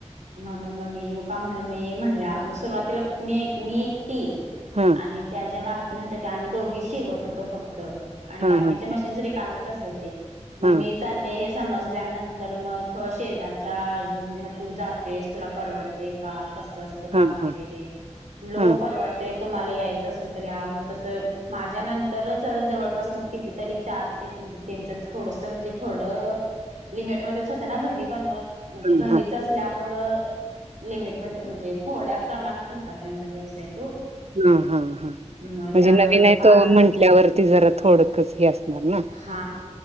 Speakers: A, on the right (about 75°); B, on the right (about 60°).
A: म्हणून मग मी यू का म्हणलं मग ये म्हणल्या मग सुरुवातीला मी मी एकटी
B: हा
A: मा्या त्या आम्ही दोघी शवत होतो फक्त आणिकी
B: हा हा हा
A: रिकामेच असायचे मग
B: हा
A: मी चाले हे समजल्यानंतर मग त शेजारच्या अजून मग तू जातेस तुला परवडते का कसं असतं काम
B: हा हा
A: वगैरे म्हलं हो
B: हा
A: परवडते. तुम्हाला यायचं असेल तर या मग तसं माझ्या नंतरच जवळपास मग कितीतरी चार ते म्हणजे त्यांचं थोडस म्हणजे थोडं लिमिटमध्ये होता ना घरी बनवत म्हणजे घरीच
B: हा
A: असल्यामूळ लिमिटमध्ये म्हणजे थोड्या प्रमाणात होता त्यांचा व्यवसाय तो
B: हा हा हा म्हणजे
A: मग त्यामुळे
B: नवीन
A: एक
B: आहे
A: पाच
B: त म्हंटल्यावरती जरा थोडकच हे असणार ना
A: हा